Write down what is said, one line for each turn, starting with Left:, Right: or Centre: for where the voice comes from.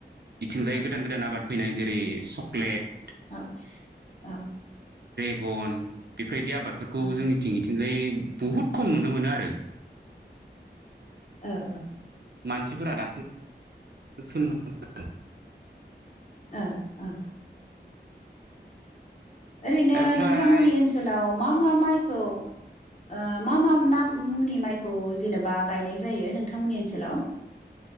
Right: इथिंजाय गोदान गोदान आबाद फैनाय जेरै चक्लेट
Left: औ औ
Right: गन बेफोरबायदि आबादफोरखौ
Left: ओ
Right: जोंनि थिं इथिंजाय बुहुत खम नुनो मोनो आरो।
Left: ओ ओ
Right: मानसिफोरा दासिम <unintelligible>
Left: ओ ओ ओरैनो
Right: ओमफ्राय
Left: नोंथांमोननि ओनसोलाव मा मा माइखौ ओ मा मा नाम मुंनि माइखौ जेनेबा गायनाय जायो नोंथांमोननि ओनसोलाव <unintelligible>